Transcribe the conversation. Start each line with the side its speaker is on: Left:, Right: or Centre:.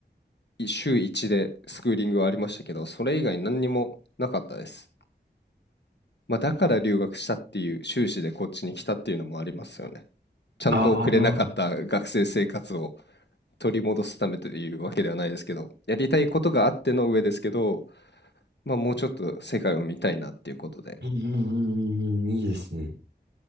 Left: い週1でスクーリングはありましたけどそれ以外何にもなかったです、まあ、だから留学したっていう修士でこっちに来たっていうのもありますよねちゃんと送れなかった学生生活を
Right: ああ、
Left: 取り戻すためというわけではないですけど、やりたいことがあっての上ですけど、まあ、もうちょっと世界を見たいなっていうことで。
Right: うんうんうんうんいいですね。